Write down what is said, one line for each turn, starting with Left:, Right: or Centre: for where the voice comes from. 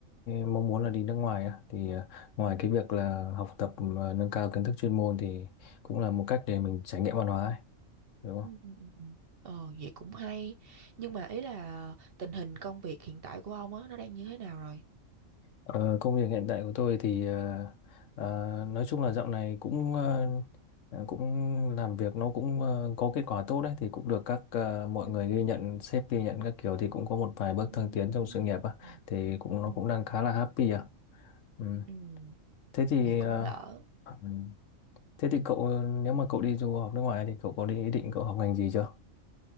Left: mong muốn là đi nước ngoài á thì ờ, ngoài
Right: Ừ,
Left: cái việc là học tập ờ, nâng cao kiến thức chuyên môn thì cũng là một cách để mình trải nghiệm văn hóa ấy, đúng
Right: ừ,
Left: không
Right: ừ, ừ. ừ. Ờ vậy cũng hay. Nhưng mà ý là tình hình công việc hiện tại của ông á nó đang như thế nào rồi?
Left: Ờ, công việc hiện tại của tôi thì ờ, ờ, nói chung là dạo này cũng ờ, ờ, cũng làm việc nó cũng ờ, có kết quả tốt đấy thì cũng được các ờ, mọi
Right: Ừ,
Left: người ghi nhận sếp ghi nhận các kiểu thì cũng có một vài bước
Right: ừ,
Left: thăng tiến
Right: ừ,
Left: trong sự nghiệp á
Right: ừ,
Left: thì cũng nó
Right: ừ,
Left: cũng đang
Right: ừ.
Left: khá là happy à ừ.
Right: Ừ
Left: Thế thì
Right: vậy cũng
Left: ờ,
Right: đỡ.
Left: ừ. thế thì cậu ờ, nếu mà cậu đi du học nước ngoài thì cậu có đi ý định cậu học ngành gì chưa?